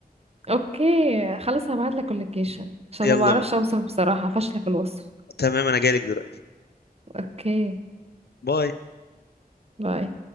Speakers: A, on the right; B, on the left.
A: اوكي خلاص هبعت لك اللوكيشن عشان
B: يلا
A: ما بعرفش
B: بقى
A: اوصف بصراحة فاشلة في الوصف
B: تمام انا جايلك دلوقتي
A: اوكي
B: باي
A: باي